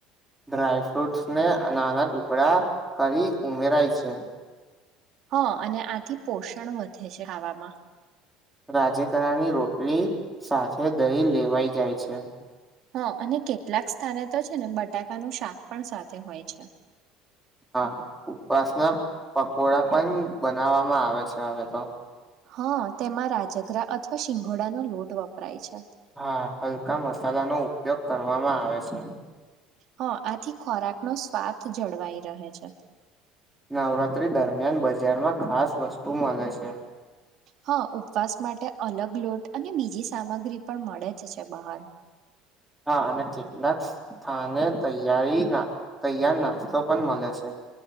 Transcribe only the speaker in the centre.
ડ્રાયફ્રૂટસ ને નાના ટુકડા કરી ઉમેરાય છે.
રાજે તરાની રોટલી સાથે દહી લેવાઈ જાય છે.
હા ઉપવાસના પકોડા પણ બનાવવામાં આવે છે હવે તો.
હા હલકા મસાલાનો‌ ઉપયોગ કરવામાં આવે છે.
નવરાત્રી દરમિયાન બજારમાં ખાસ વસ્તુ મલે છે.
હા અને કેટલાક સ્થાને તૈયારીના તૈયાર નાસ્તો પણ મલે છે.